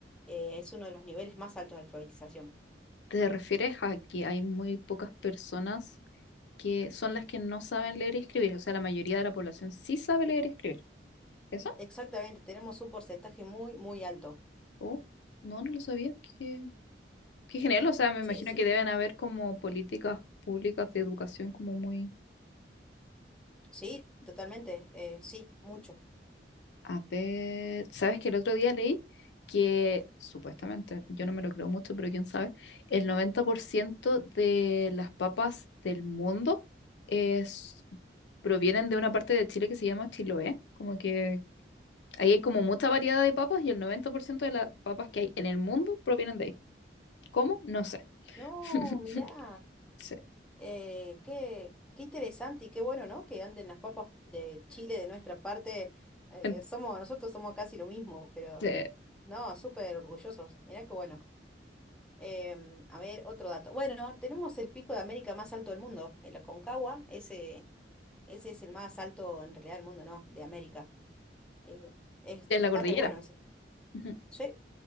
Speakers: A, in the centre; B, on the left (about 75°).
A: Eh, es uno de los niveles más altos de alfabetización.
B: ¿Te refieres a que hay muy pocas personas que son las que no saben leer y escribir? O sea, la mayoría de la población sí sabe leer y escribir. ¿Eso?
A: Exactamente, tenemos un porcentaje muy, muy alto.
B: Oh, no, no lo sabía. Qué, qué genial. O sea, me imagino
A: Sí, sí.
B: que deben haber como políticas públicas de educación como muy
A: Sí, totalmente. eh, sí, mucho.
B: A ver, ¿sabes que el otro día leí que supuestamente, yo no me lo creo mucho, pero quién sabe, el 90% de las papas del mundo es, provienen de una parte de Chile que se llama Chiloé, como que ahí hay como mucha variedad de papas y el 90% de las papas que hay en el mundo provienen de ahí. ¿Cómo? No sé.
A: No,
B: <laughs>
A: mirá.
B: Sí.
A: Eh, qué, qué interesante y qué bueno, ¿no? Que anden las papas de Chile de nuestra parte. eh,
B: En,
A: somos, nosotros somos casi lo mismo, pero
B: de-
A: no, súper orgullosos. Mirá qué bueno. Em, a ver, otro dato. Bueno, tenemos el pico de América más alto del mundo, el Aconcagua. Ese, ese es el más alto en realidad del mundo, ¿no? De América. Em, es-
B: en
A: está
B: la cordillera.
A: re bueno ese.
B: Ujú.
A: Sí,